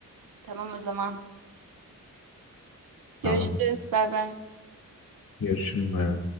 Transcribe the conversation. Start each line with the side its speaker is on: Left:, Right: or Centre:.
Right: Tamam o zaman. Görüşürüz.
Left: Tamam.
Right: Bay bay.
Left: Görüşürüz bay